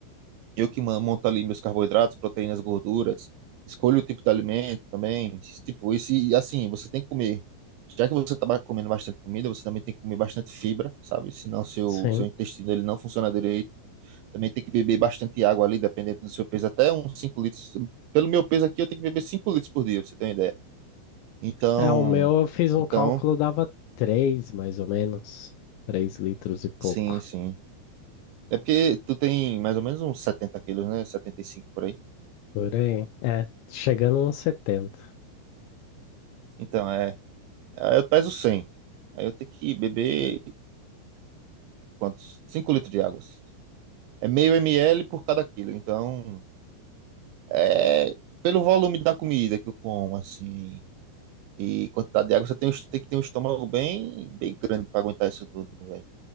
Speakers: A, on the right (about 80°); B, on the left (about 80°).
A: Eu que man- monto ali meus carboidratos, proteínas, gorduras, escolho o tipo de alimento também. Tipo, esse, assim, você tem que comer. Já que você está comendo bastante comida, você também tem que comer bastante fibra, sabe? Senão seu,
B: Sim.
A: seu intestino ele não funciona direito. Também tem que beber bastante água ali, dependendo do seu peso, até uns 5 litros. Pelo meu peso aqui, eu tenho que beber 5 litros por dia, pra você ter uma ideia. Então,
B: É, o meu eu fiz um
A: então,
B: cálculo, dava 3 mais ou menos. três litros e pouco.
A: sim, sim. É porque tu tem mais ou menos uns 70 quilos, né? setenta e cinco por aí.
B: Por aí. É, chegando a uns setenta
A: Então, é. Aí eu peso 100, Aí eu tenho que beber quantos? cinco litros de água. É meio ml por cada quilo. Então, é pelo volume da comida que eu como, assim, e quantidade de água, você tem, um- est- tem que ter um estômago bem, bem grande para aguentar isso tudo, velho.